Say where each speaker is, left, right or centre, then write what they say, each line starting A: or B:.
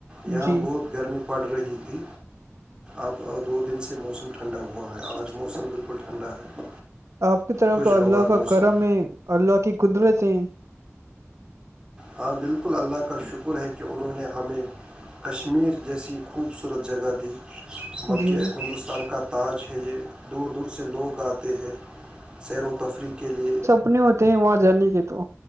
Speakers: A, on the right; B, on the right.
A: یہاں
B: جی
A: بہت گرمی پڑ رہی تھی اب دو دن سے موسم ٹھنڈا ہوا ہے آج موسم بالکل ٹھنڈا ہے
B: آپ کی طرف
A: خوشگوار
B: تو اللہ کا
A: موسم
B: کرم ہے اللہ کی قدرت ہے
A: ہاں بالکل اللہ کا شکر ہے کہ انہوں نے ہمیں کشمیر جیسی خوب خوبصورت جگہ تھی بلکہ
B: جی
A: ہندوستان کا تاج ہے یہ دور دور سے لوگ آتے ہیں سیر و تفریح کے لیے
B: اپنے ہوتے ہیں وہاں جانے کے تو